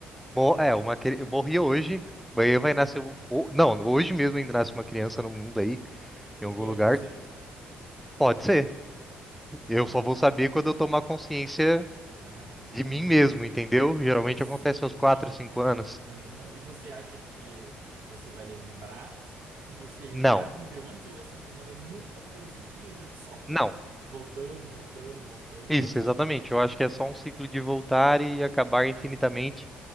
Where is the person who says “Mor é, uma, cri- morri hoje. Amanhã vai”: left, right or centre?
Centre